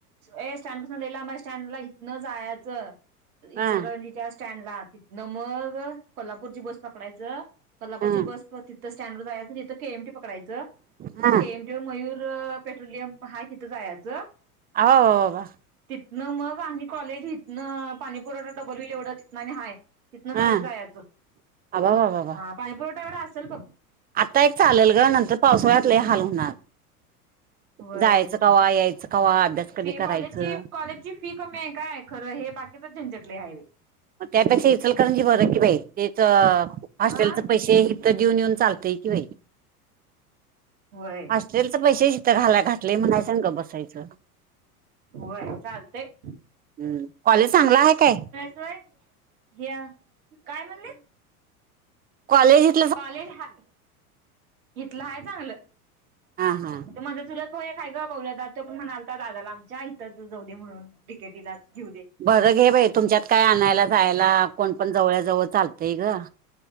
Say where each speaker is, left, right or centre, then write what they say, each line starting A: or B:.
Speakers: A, on the right; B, on the right.
A: ए स्टँड पासून लय लांब स्टँडला इथंन जायचं.
B: हा
A: इचरकरंजीच्या स्टँडला न मग, कोल्हापूरची बस पकडायचं, कोल्हापूरची
B: हा
A: बस तिथऽ स्टँडवर जायचं, तिथं केएमटी पकडयचं,
B: हा
A: मग केमटीऽ किंवा मयूर पेट्रोलियम हाय तिथं जायचं.
B: अ वाबाबाऽ
A: तिथनं मग, आणि कॉलेज इथनं पाणी पुरवठा डबल हुईल एवढं तिथन आणि हाय. तिथनं
B: हा
A: चालत जायचं,,
B: अबा बाबा
A: हा पाणी पुुरवठा एवढा असेल बघ.
B: आता एक चालेल
A: त्याच्या
B: ग,, नंतर पावसाळ्यातलंय हाल होणार.
A: वय,,
B: जायचं कवा यायचं कवा अभ्यास कधी
A: फी
B: करायचं
A: कॉलेजची, कॉलेजचीऽ फी कमी आहे काय, खरं हे बाकीचच झंझट लय हाय बाई.
B: त्यापेक्षा इचल कारण जी बर की बाई, तेच हॉस्टेलचऽ
A: अ
B: पैसे इथ देऊन येऊन चालतय की बाई.
A: होय
B: हॉस्टेल च पैसे हीथ घाला घातलय म्हणायचं ग, आणि गप बसायचं.
A: होय चालतय
B: हम्,, कॉलेज चांगला आहे काय?
A: वय,, ह्या,, काय म्हणलीस?
B: कॉलेजऽ
A: कॉलेज हा इथलं हाय चांगलं.
B: हा हा
A: तर माझं चुलत भाऊ आहे गं बोल्या दा तो पण म्हणालता दादाला आमच्या इथंच जाऊ दे म्हणून डीकेटीलाच घेऊ दे.
B: बरं घे बाई तुमच्यात काय आणायला जायला कोण पण जवळ्याजवळ चालतंय गं.